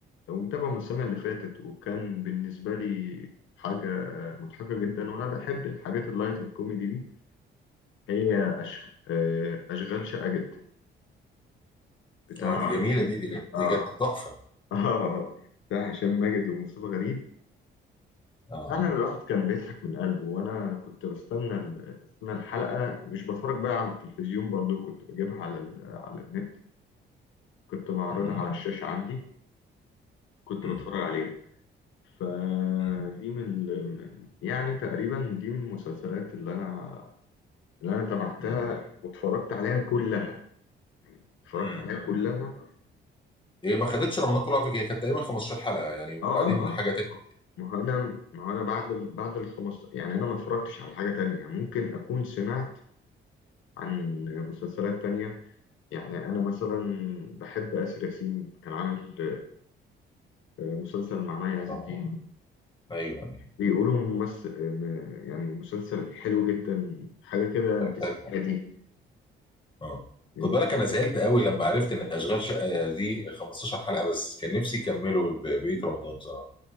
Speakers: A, on the left (about 80°); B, on the left (about 25°).
A: لو متابعه من السنه اللي فاتت وكان بالنسبه لي حاجه مضحكه جدا وانا بحب الحاجات اللايت الكوميدي دي هي أش... آه، اشغال شقه جدا بتاع
B: اه دي جميله دي دي كانت
A: اه
B: دي كانت تحفه
A: <laughs> اه بتاع هشام ماجد ومصطفى غريب
B: اه
A: فعلا الواحد كان بيضحك من قلبه وانا كنت بستنى ال- بستنى الحلقه مش بتفرج بقى على التلفزيون برضو كنت بجيبها على ال... على النت كنت بعرضها
B: مم.
A: على الشاشه عندي كنت
B: مم.
A: بتفرج عليها فدي
B: مم.
A: من ال... يعني تقريبا دي من المسلسلات اللي انا اللي انا تابعتها
B: مم.
A: واتفرجت عليها كلها اتفرجت
B: مم.
A: عليها كلها
B: هي ما خدتش رمضان كله على فكره هي كانت تقريبا 15 حلقه يعني وبعدين
A: اه اه اه
B: حاجه تانية
A: ما هو انا ما هو انا بعد ال... بعد ال 15 يعني انا ما اتفرجتش على حاجه تانية ممكن اكون سمعت عن مسلسلات تانية يعني أنا مثلا بحب آسر ياسين كان عامل آه، آه، مسلسل مع مي عز
B: اه
A: الدين
B: ايوه أيوة.
A: بيقولوا ممثل آه، يعني مسلسل حلو جدا حاجة كده
B: كان
A: تسعيناتي
B: حلو اه
A: أنت
B: خد بالك
A: فاهم؟
B: انا زعلت قوي لما عرفت ان اشغال شقه دي 15 حلقه بس كان نفسي يكملوا ب- بقيه رمضان بصراحه